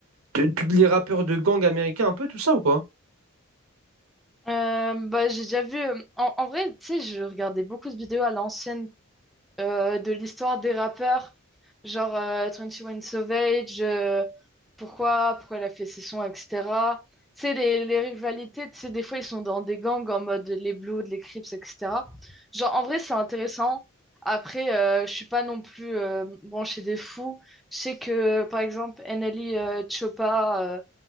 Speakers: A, on the right; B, in the centre.
A: de- tous les rappeurs de gang américains, un peu tout ça ou pas?
B: Euh, bah, j'ai déjà vu. euh, en, en vrai, tu sais, je regardais beaucoup de vidéos à l'ancienne euh, de l'histoire des rappeurs, genre euh, twenty One Savage, euh, pourquoi, pourquoi elle a fait ses sons, etc. Tu sais, les, les rivalités, tu sais, des fois, ils sont dans des gangs en mode les Bloods, les Crips, etc. Genre, en vrai, c'est intéressant. Après, euh, je suis pas non plus euh, branchée des fous. Je sais que, par exemple, NLE euh, Choppa, euh,